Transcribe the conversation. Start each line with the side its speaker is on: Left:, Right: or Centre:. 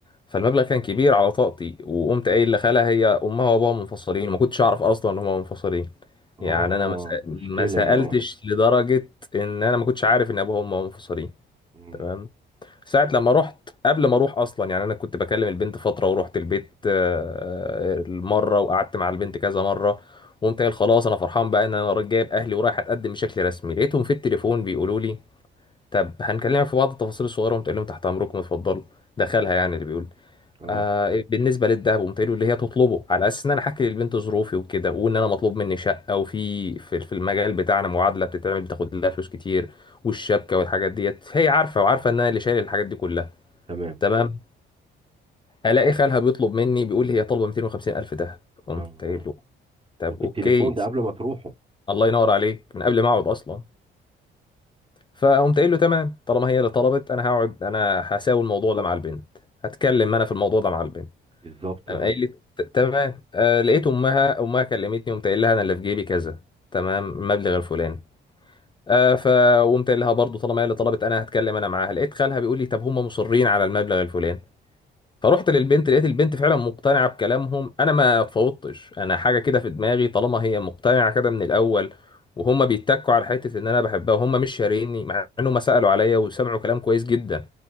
Left: فالمبلغ كان كبير على طاقتي وقمت قايل لخالها هي امها وابوها منفصلين ما كنتش اعرف اصلا ان هما منفصلين
Right: اه
Left: يعني انا ما سأ- ما
Right: مشكلة
Left: سالتش
Right: دي اه
Left: لدرجه ان انا ما كنتش عارف ان ابوها وامها منفصلين
Right: مم.
Left: تمام ساعة لما رحت قبل ما اروح اصلا يعني انا كنت بكلم البنت فترة ورحت البيت آه، آه، مرة وقعدت مع البنت كذا مرة وقمت قايل خلاص انا فرحان بقى ان انا رايح- جايب اهلي ورايح اتقدم بشكل رسمي لقيتهم في التليفون بيقولوا لي طب هنكلمك في بعض التفاصيل الصغيرة قمت قايل لهم تحت امركم اتفضلوا دخلها يعني اللي بيقول
Right: اه
Left: آه بالنسبة للدهب قمت قايل له اللي هي تطلبه على اساس ان انا احكي للبنت ظروفي وكده وان انا مطلوب مني شقة وفي في في المجال بتاعنا معادلة بتتعمل بتاخد لها فلوس كتير والشبكة والحاجات ديت هي عارفة وعارفة ان انا اللي شايل الحاجات دي كلها
Right: تمام
Left: تمام الاقي خالها بيطلب مني بيقول لي هي طالبه 250 الف دهب قمت
Right: يا نهار
Left: قايل
Right: أبيض.
Left: له طب
Right: وفي
Left: اوكي
Right: التليفون ده قبل ما تروحوا
Left: الله ينور عليك من قبل ما اقعد اصلا فقمت قايل له تمام طالما هي اللي طلبت انا هقعد انا هساوي الموضوع ده مع البنت هتكلم انا في الموضوع ده مع البنت
Right: بالظبط
Left: قام
Right: اه
Left: قايل لي "ت- تمام آه لقيت امها امها كلمتني قمت قايل لها انا اللي في جيبي كذا تمام المبلغ الفلاني آه فقمت قايل لها برضه طالما هي اللي طلبت انا هتكلم انا معاها لقيت خالها بيقول لي طب هم مصرين على المبلغ الفلاني فروحت للبنت لقيت البنت فعلا مقتنعة بكلامهم انا ما اتفوضتش انا حاجة كده في دماغي طالما هي مقتنعة كده من الاول وهم بيتكوا على حتة ان انا بحبها وهم مش شاريني مع انهم سألوا عليا وسمعوا كلام كويس جدا